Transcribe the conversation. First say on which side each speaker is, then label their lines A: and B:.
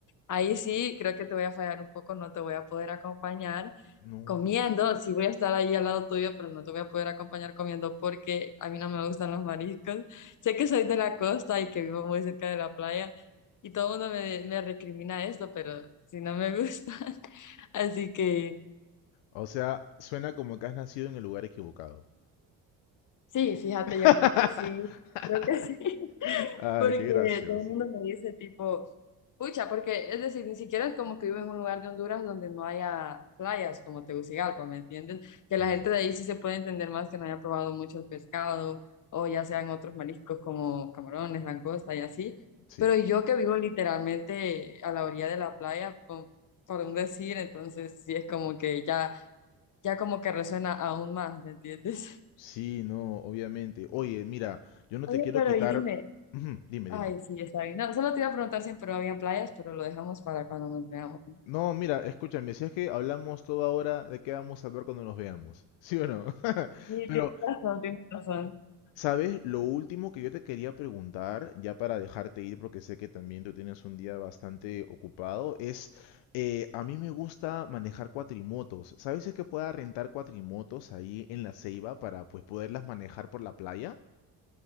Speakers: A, on the left; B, on the left.
A: Ahí sí, creo que te voy a fallar un poco, no te voy a poder acompañar
B: No.
A: comiendo, sí voy a estar ahí al lado tuyo, pero no te voy a poder acompañar comiendo porque a mí no me gustan los mariscos. Sé que soy de la costa y que vivo muy cerca de la playa y todo el mundo me, me recrimina esto, pero si no me gustan. <laughs> Así que
B: O sea, suena como que has nacido en el lugar equivocado.
A: sí, fíjate,
B: <laughs>
A: yo creo que sí, creo que sí.
B: Ay,
A: Porque
B: qué gracioso.
A: todo el mundo me dice tipo, pucha, porque es decir, ni siquiera es como que vivo en un lugar de Honduras donde no haya playas como Tegucigalpa, ¿me entienden? Que la
B: Ujú,
A: gente de ahí sí se puede entender más que no haya probado mucho el pescado o ya sean otros mariscos como camarones, langosta y así.
B: Sí,
A: Pero yo que vivo literalmente a la orilla de la playa, por, por un decir, entonces sí es como que ya, ya como que resuena aún más, ¿me entiendes?
B: sí, no, obviamente. Oye, mira, yo no
A: Oye,
B: te quiero
A: pero
B: quitar.
A: y dime,
B: Ujú, Dime,
A: Ay,
B: dime.
A: sí, está bien. No, solo te iba a preguntar si en Perú había playas, pero lo dejamos para cuando nos veamos.
B: No, mira, escúchame, si es que hablamos toda hora, ¿de qué vamos a hablar cuando nos veamos? ¿Sí o no? <laughs>
A: Y
B: Pero
A: tienes razón, tienes razón.
B: ¿Sabes? Lo último que yo te quería preguntar, ya para dejarte ir, porque sé que también tú tienes un día bastante ocupado, es, eh, a mí me gusta manejar cuatrimotos. ¿Sabes si es que pueda rentar cuatrimotos ahí en la Ceiba para pues poderlas manejar por la playa?